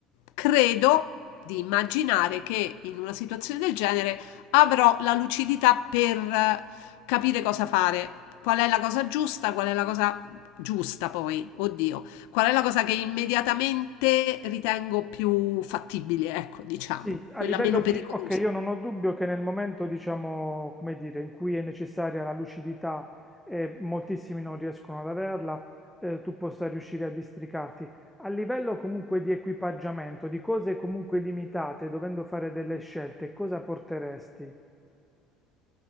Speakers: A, on the left (about 85°); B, in the centre.
A: credo di immaginare che in una situazione del genere avrò la lucidità per eh, capire cosa fare, qual è la cosa giusta, qual è la cosa giusta poi, oddio, qual è la cosa che immediatamente ritengo più fattibile, ecco, diciamo,
B: Sì, a
A: quella
B: livello
A: meno
B: di...
A: pericolosa.
B: Ok, io non ho dubbio che nel momento, diciamo, come dire, in cui è necessaria la lucidità e moltissimi non riescono ad averla, eh, tu possa riuscire a districarti. A livello comunque di equipaggiamento, di cose comunque limitate, dovendo fare delle scelte, cosa porteresti?